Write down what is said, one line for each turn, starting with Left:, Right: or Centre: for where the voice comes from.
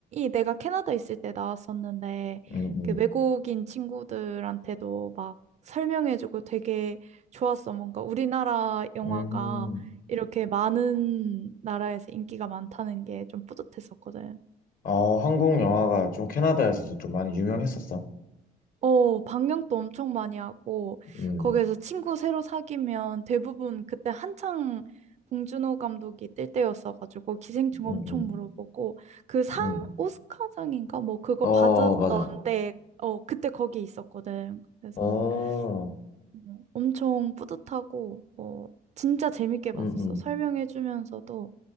Right: 내가 캐나다 있을 때 나왔었는데
Left: 음, 음,
Right: 그 외국인 친구들한테도 막 설명해주고 되게 좋았어. 뭔가 우리나라 영화가
Left: 음. 음.
Right: 이렇게 많은 나라에서 인기가 많다는 게 좀 뿌듯했었거든.
Left: 어, 한국 영화가 좀 캐나다에서도 좀 많이 유명했었어.
Right: 어, 방영도 엄청 많이 하고,
Left: 음,
Right: 거기에서 친구 새로 사귀면 대부분 그때 한창 봉준호 감독이 뜰 때였어가지고, 기생충
Left: 음,
Right: 엄청
Left: 음,
Right: 물어보고, 그 상,
Left: 음.
Right: 오스카상인가? 뭐 그거
Left: 어,
Right: 받았던
Left: 맞아.
Right: 때, 어, 그때 거기 있었거든. 그래서
Left: 어,
Right: 뭐 엄청 뿌듯하고, 뭐, 진짜 재밌게 봤었어.
Left: 음,
Right: 설명해주면서도
Left: 음.